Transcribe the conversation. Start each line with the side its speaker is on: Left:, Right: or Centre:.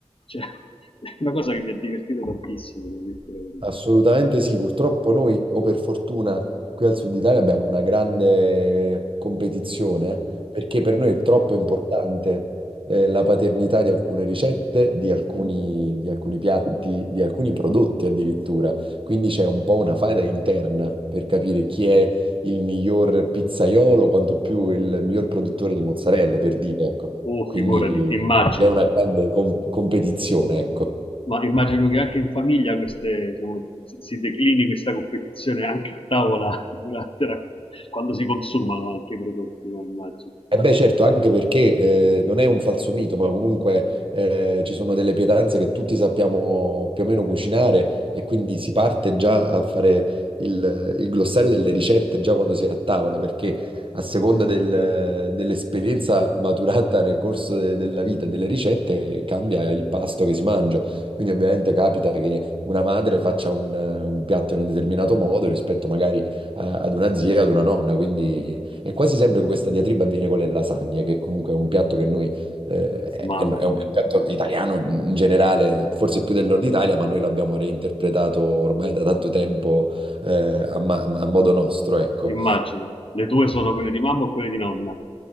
Left: Cioè, <laughs> è una cosa che mi ha divertito tantissimo, devo dirti la verità.
Right: Assolutamente sì, purtroppo noi, o per fortuna, qui al Sud Italia abbiamo una grande competizione eh, perché per noi è troppo importante eh, la paternità di alcune ricette, di alcuni, di alcuni piatti, di alcuni prodotti addirittura. Quindi c'è un po' una faida interna per capire chi è il miglior pizzaiolo, quanto più il miglior produttore di mozzarelle, per dire, ecco.
Left: Oh,
Right: Quindi
Left: figurati, immagino.
Right: c'è una grande com- competizione, ecco.
Left: Ma immagino che anche in famiglia queste, diciamo, si, si declini questa competizione anche a tavola <laughs> durante la- quando si consumano anche i prodotti, no? Immagino.
Right: Eh beh, certo, anche perché eh, non è un falso mito, ma comunque eh, ci sono delle pietanze che tutti sappiamo più o meno cucinare e quindi si parte già a fare il, il glossario delle ricette già quando si è a tavola, perché a seconda del- dell'esperienza maturata nel corso de- della vita e delle ricette cambia il pasto che si mangia. Quindi ovviamente capita che una madre faccia un, un piatto in un determinato modo rispetto magari a- ad una zia, ad una nonna, quindi... E quasi sempre questa diatriba avviene con le lasagne, che comunque è un piatto che noi, eh, è,
Left: Mamma
Right: è un è
Left: mia,
Right: un piatto italiano in generale, forse più del nord Italia, ma noi l'abbiamo reinterpretato ormai da tanto tempo, eh, a, ma- a modo nostro, ecco.
Left: immagino. Le tue sono quelle di mamma o quelle di nonna?